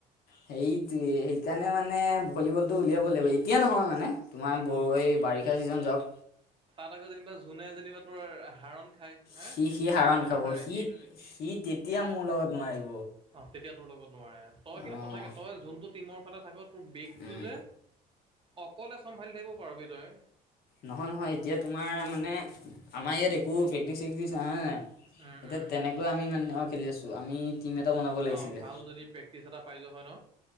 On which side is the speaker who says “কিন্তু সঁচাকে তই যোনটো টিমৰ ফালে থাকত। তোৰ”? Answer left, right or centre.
Right